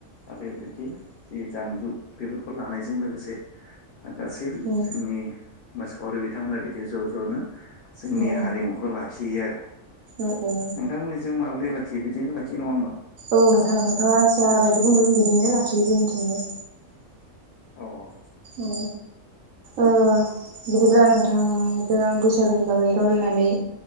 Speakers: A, on the left; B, on the right.
A: बेबायदि जि दामजु बेफोरखौ लानायजों लोगोसे गासैबो
B: औ
A: जोंनि मोसाखावरि बिथांमोना बिदि ज' ज'नो जोंनि
B: औ
A: हारिमुखौ लाखियो आरो नोंथांमोननि
B: औ
A: जों माबोरै ब्रै लाखियो बिथिंनो लाखि नङा होनबा
B: औ नोंथां नोंथाङा जा बायदि बुंदों बिदियैनो लाखियो जोंनिथिंबो
A: औ औ
B: औ औ बिदिब्ला नोंथांजों आं बैसागोनि बागै रावलायनानै